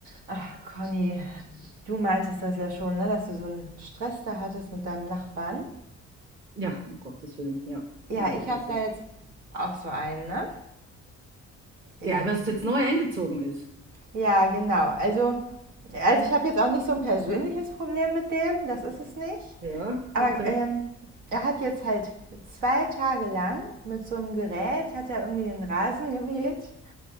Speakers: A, on the right; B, on the right.
A: Ach, Conny, du meintest das ja schon, ne, dass du so einen Stress da hattest mit deinem Nachbarn.
B: Ja, um Gottes Willen, ja. Na,
A: Ja, ich
B: es
A: habe da
B: ist.
A: jetzt auch so einen, ne? Ja.
B: Der, was jetzt neu eingezogen ist.
A: Ja, genau. Also, also ich habe jetzt auch nicht so ein persönliches Problem mit dem, das ist es nicht.
B: Ja,
A: Aber
B: okay.
A: ähm, er hat jetzt halt zwei Tage lang mit so einem Gerät, hat er irgendwie den Rasen gemäht.